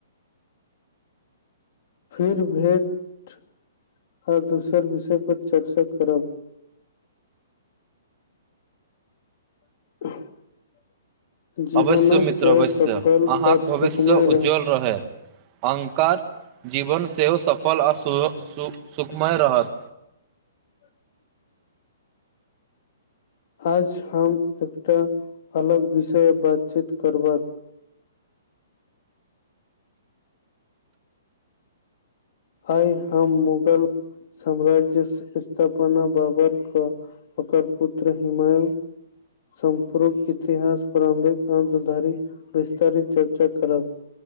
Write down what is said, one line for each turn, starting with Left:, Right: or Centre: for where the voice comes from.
Left: फिर भेट आओर दोसर विषय पर चर्चा करब <inaudible> जीवनक
Right: अवश्य मित्र
Left: सेहो
Right: अवश्य
Left: सफल
Right: अहाँके
Left: आओर
Right: भविष्य
Left: सुखमय
Right: उज्ज्वल
Left: रहय
Right: रहै अहंकार जीवन सेहो सफल आ सु सु सुखमय रहल
Left: <inaudible> आज हम एकटा अलग विषय बातचीत करबैय आइ हम मुगल साम्राज्य स्थापना बाबर क ओकर पुत्र हिमायु संपूर्क इतिहास प्रारम्भिक अत धारी विस्तारित चर्चा करब